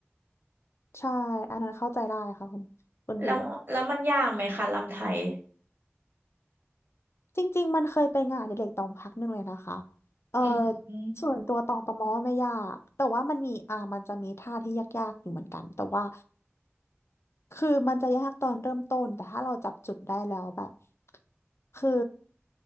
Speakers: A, on the left; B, on the right.
A: ใช่อันนั้นเข้าใจได้ค่ะคุณคุณบิง
B: แล้วแล้วมันยากไหมคะรำไทย
A: จริงๆมันเคยเป็นงานอดิเรกตองพักหนึ่งเลยนะคะ เออ
B: อืมอืม
A: ส่วนตัวตองประมอไม่ยากแต่ว่ามันมีอ่ามันจะมีท่าที่ยากๆอยู่เหมือนกันแต่ว่าคือมันจะยากตอนเริ่มต้นแต่ถ้าเราจับจุดได้แล้วแบบคือ